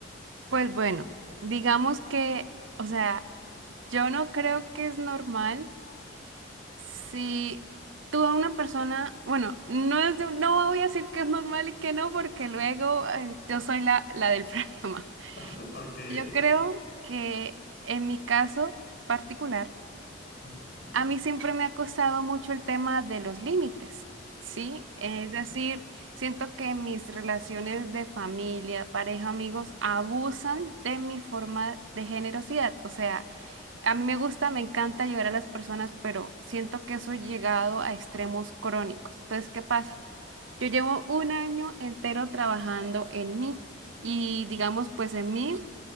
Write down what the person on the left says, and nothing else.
<laughs> Ok.
Ujú,
Vale.